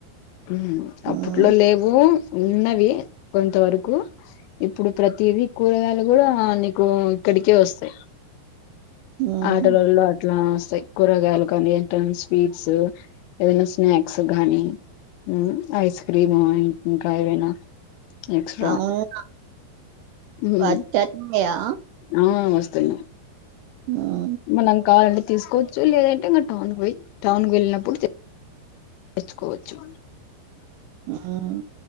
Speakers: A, on the left; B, on the right.
A: ఉహు అప్పట్లో
B: ఉమ్
A: లేవు ఉన్నవి కొంత వరకు ఇప్పుడు ప్రతిది కూరగాయల్ గూడా నీకు ఇ ఇడికే వస్తాయ్
B: ఉమ్
A: ఆటోలలొ అట్లా వస్తాయ్ కూరగాయలు కానీ ఏంట స్వీట్స్ ఏదైనా స్నాక్స్ గాని ఉ ఐస్ క్రీమో ఇన్ ఇంకా ఎవైనా ఎక్సట్రా
B: అవును
A: హ్మ్
B: వచ్చేత్తాయా
A: హ్మ్ వస్తున్
B: హ్మ్
A: మనం కావాలంటే తీసుకోచ్చు లేదంటే ఇంకా టౌన్ పోయి టౌన్ వేళ్ళినప్పుడు తెచ్చుకోవచ్చు
B: ఉమ్